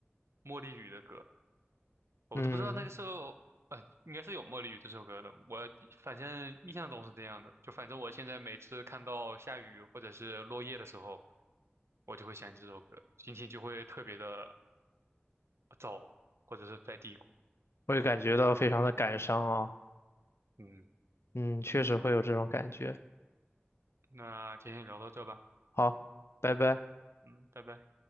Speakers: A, on the right; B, on the left.
A: 《茉莉雨》的歌。我都不知道那个时候，
B: 嗯，
A: 呃，应该是有《茉莉雨》这首歌的。我反正印象中是这样的，就反正我现在每次看到下雨或者是落叶的时候，我就会想起这首歌，心情就会特别的糟，或者是在低谷。
B: 我也感觉到非常的感伤啊。
A: 嗯，
B: 嗯，确实会有这种感觉。
A: 那今天聊到这吧，
B: 好，拜拜。
A: 嗯，拜拜。